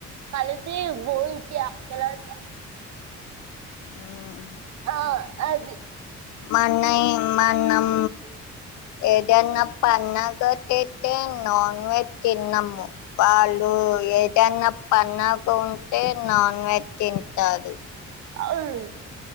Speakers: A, on the right; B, on the left.
A: కలిసి బోన్ చేస్తలంట.
B: ఉమ్
A: ఆ అది
B: మనై మనం ఏదన్న పన్నగ చేత్తే నాన్ వెెజ్ తినము వాల్ లు ఏదన్నా పన్నగ ఉంటే నాన్ వెజ్ తింటారు.
A: అవును